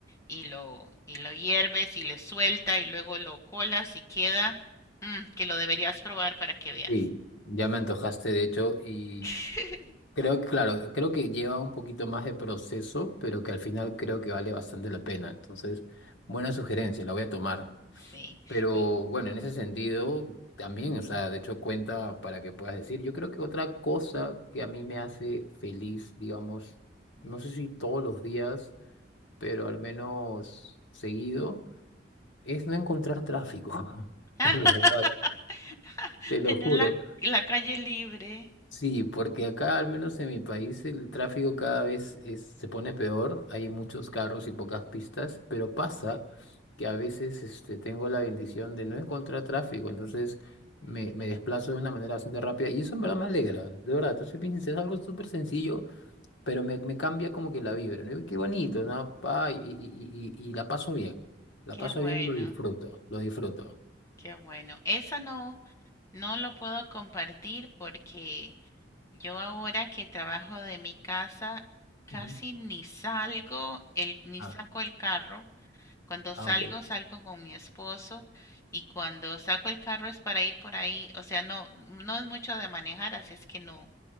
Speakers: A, on the left (about 15°); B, on the left (about 75°).
A: y lo, y lo hierves y le suelta y luego lo colas y queda, mm, que lo deberías probar para que veas.
B: Sí, ya me antojaste, de hecho, y
A: <laughs>
B: creo que, claro, creo que lleva un poquito más de proceso, pero que al final creo que vale bastante la pena. Entonces, buena sugerencia, la voy a tomar.
A: Sí.
B: Pero
A: Y,
B: bueno, en ese sentido también, o sea, de hecho cuenta para que puedas decir. Yo creo que otra cosa que a mí me hace feliz, digamos, no sé si todos los días, pero al menos seguido, es no encontrar tráfico. <laughs>
A: <laughs>
B: En verdad, te lo
A: Tener
B: juro.
A: la, la calle libre.
B: Sí, porque acá, al menos en mi país, el tráfico cada vez es- se pone peor. Hay muchos carros y pocas pistas, pero pasa que a veces este, tengo la bendición de no encontrar tráfico, entonces me, me desplazo de una manera bastante rápida y eso en verdad me alegra, de verdad. Te soy bien sincero, es algo súper sencillo, pero me, me cambia como que la vibra, ¿no? Y qué bonito, ¿no? Pa, y, y, y, y y la paso bien, la
A: Qué
B: paso
A: bueno,
B: bien y lo disfruto, lo disfruto.
A: qué bueno. Esa no, no lo puedo compartir porque yo ahora que trabajo de mi casa casi
B: Ujú.
A: ni salgo, el, ni
B: Ah,
A: saco el carro. Cuando salgo,
B: ah, ok.
A: salgo con mi esposo y cuando saco el carro es para ir por ahí. O sea, no, no es mucho de manejar, así es que no,